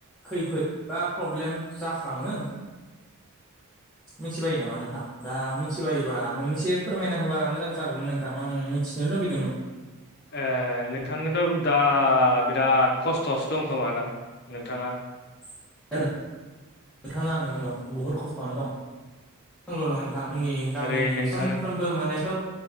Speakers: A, in the centre; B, on the left.
A: खैफोद बा प्रब्लेम जाखाङो? मिथिबायो नामा नोंथां, दा मिथिबायोबा मोननैसे फोरमायना होबा मोजां जागौमोन नोंथां आं मिथिनो लुुबैदोंमोन।
B: ए नोंथांनोथ' दा बिराद खस्थआवसो दं खोमा ना नोंथाङा?
A: <inaudible> नोंथाङा आङो दं बहुद खस्थआनो दं <unintelligible> थांनि जोंनि गामिनि
B: ओरै नोंथां
A: सानफ्रोमबो माने सब